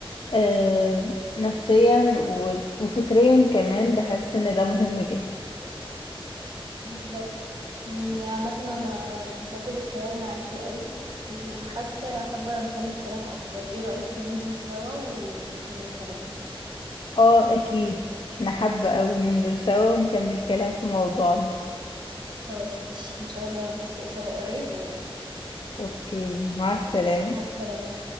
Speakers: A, on the left; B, on the right.
A: آه، نفسيا و- وفكريا كمان بحس ان ده مهم جدا
B: بالظبط يعني عامة أنا اتبسطت بالكلام معاكي قوي وحاسة حابة نكمل كلام أكتر ايه رأيك ننزل سوا ونكمل كلام
A: اه اكيد انا حابة اوي ننزل سوا ونكمل كلام في موضوعنا
B: خلاص ماشي إن شاء الله نتفق سوا قريب وننزل
A: اوكي مع السلامة
B: مع السلامة